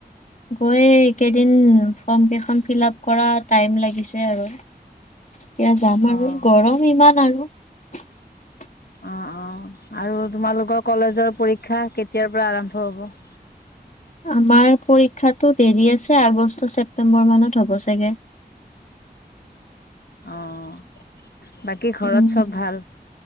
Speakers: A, on the left; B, on the left.
A: গৈ এইকেইদিন ফ্ৰম কেইখন ফিল আপ কৰা টাইম লাগিছে আৰু। এতিয়া যাম আৰু
B: অ'।
A: গৰম ইমান। <unintelligible>
B: অ' অ' আৰু তোমালোকৰ কলেজৰ পৰীক্ষা কেতিয়াৰ পৰা আৰম্ভ হ'ব?
A: আমাৰ পৰীক্ষাটো দেৰি আছে আগষ্ট ছেপ্তেম্বৰ মানত হ'ব চাগে।
B: অ' বাকী ঘৰত
A: উম
B: চব ভাল?